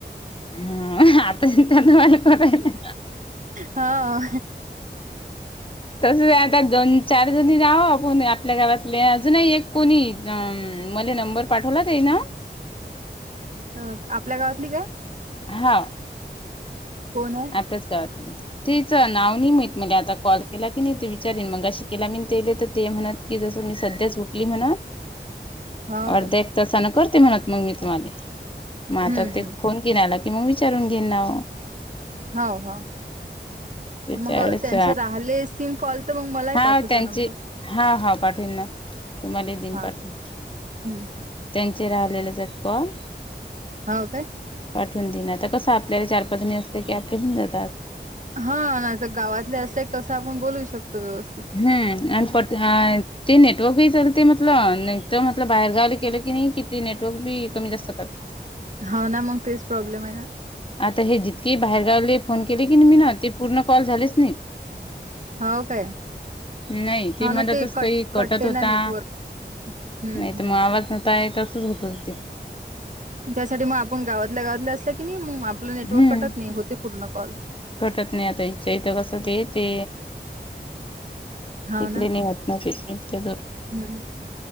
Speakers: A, on the left; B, on the right.
A: ह आता त्यांन
B: हा
A: तस आता दोन. चार जणी जावू आपण आपल्या गावातले अजूनही एक कोणी मले नंबर पाठवला तेन.
B: अ आपल्या गावातली काय?
A: हा.
B: कोण आहे?
A: हेच काय? तेचं नाव नाही माहित मला आता कॉल केला की नाही तू विचारन मग अशी केला मी तेले तर ते म्हण कि जसं मी सध्याच झोपली म्हण.
B: हो
A: अर्ध
B: काय
A: एक तसा ना करते म्हणत मग मी तुम्हाला, मग आता
B: हम्म
A: ते
B: हम्म
A: फोन. घेण्याला कि मग विचारून घेन ना.
B: हो हो.
A: ते
B: मग
A: त्यावेळेस
B: त्यांचे राहिले स्थीन कॉल तर मग मलाही
A: हा
B: पाठवचा
A: त्यांचे
B: नंबर.
A: हा हा पाठवन ना तुम्हाला दिन
B: हा
A: पाठवून.
B: हम्म
A: त्यांचे राहिलेले ज आहेत कॉल.
B: हो काय?
A: पाठवून देणार तर कसं आपल्याला चार पाजनी असलं की आपले घऊन जातात.
B: हा ना तर गावातले असत कसं आपण बोलू शकतो व्यवस्थ
A: हम्म, आणि परत नाय ते नेटवर्कहीी चालते म्हटलं नाही तरर म्हटलं बाहेर गावला केलं की नाही कि ते नेटवर्क बी कमी जास्त करत.
B: हा ना मग तेच प्रॉब्लेम आहे ना.
A: आता हे जितके बाहेर गावले फोन केले की मी ना ते पूर्ण कॉल झालेच नाहीत.
B: हो काय?
A: नाही ती
B: हा
A: मनातच
B: ना ते कट
A: काही कटत
B: कटते
A: होता,
B: ना नेटवर्क हम्म
A: नाही
B: हम्म
A: तर मग आवाज न काय तसच पण ते.
B: त्यासाठी मग आपण गावातल्या गावातल्या असल्या की नाही मग आपलं नेटवर्क
A: हम्म.
B: कटत नाही होते पूर्ण कॉल.
A: कटत नाही आता हेंच्या इथं कस ते ते,
B: हा
A: तिकडे
B: ना
A: नाही होत. ना ते इंक्या दो
B: हम्म